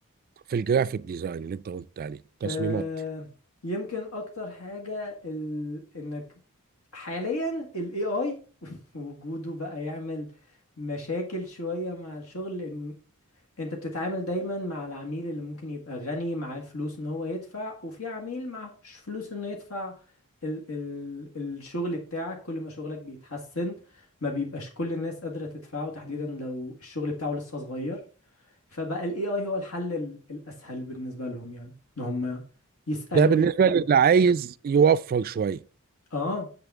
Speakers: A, on the right; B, on the left.
A: في الجرافيك ديزاين اللي انت قلت عليه تصميمات
B: آه يمكن اكتر حاجة ال... انك حاليا ال AI <laughs> وجوده بقى يعمل مشاكل شوية مع الشغل لان انت بتتعامل دايما مع العميل اللي ممكن يبقى غني معاه الفلوس ان هو يدفع وفي عميل معهوش فلوس انه يدفع ال... ال... الشغل بتاعك كل ما شغلك بيتحسن ما بيبقاش كل الناس قادرة تدفعه تحديدا لو الشغل بتاعه لسه صغير فبقى الاي اي هو الحل ال- الاسهل بالنسبه لهم يعني ان هم يسالوا
A: ده بالنسبه
B: ايه إيه
A: للي
B: او كده
A: عايز يوفر شويه
B: اه